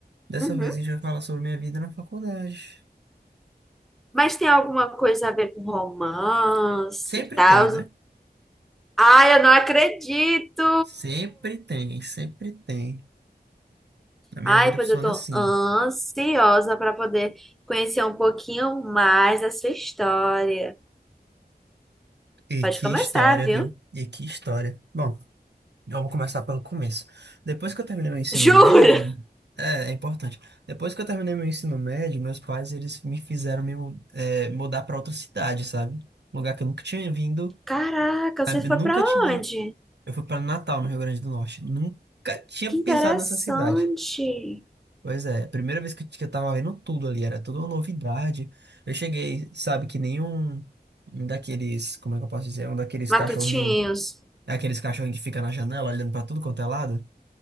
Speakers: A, on the right; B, in the centre.
A: Dessa
B: Uhum.
A: vez a gente vai falar sobre a minha vida na faculdade.
B: Mas tem alguma coisa a ver com romance
A: Sempre
B: e tal?
A: tem, né?
B: Ai, eu não acredito!
A: Sempre tem, sempre tem. A minha
B: Ai,
A: vida
B: pois
A: funciona
B: eu tô
A: assim.
B: ansiosa para poder conhecer um pouquinho mais a sua história.
A: E
B: Pode
A: que
B: começar,
A: história,
B: viu?
A: viu? E que história. Bom. Então, Eu vou começar pelo começo. Depois que eu terminei meu ensino
B: Jura?
A: médio, é, é importante. Depois que eu terminei meu ensino médio, meus pais eles me fizeram me mu- eh, mudar para outra cidade, sabe? Um lugar que eu nunca tinha vindo,
B: Caraca,
A: Ah,
B: você
A: eu
B: foi
A: nunca
B: para
A: tinha.
B: onde?
A: Eu fui para Natal, no Rio Grande do Norte. Nunca tinha
B: Que interessante.
A: pisado nessa cidade. Pois é, a primeira vez que eu, que eu tava vendo tudo ali, era toda uma novidade. Eu cheguei, sabe, que nenhum um um daqueles, como é que eu posso dizer, um daqueles
B: Matutinhos.
A: cachorrinho, aqueles cachorrinhos que fica na janela olhando para tudo quanto é lado.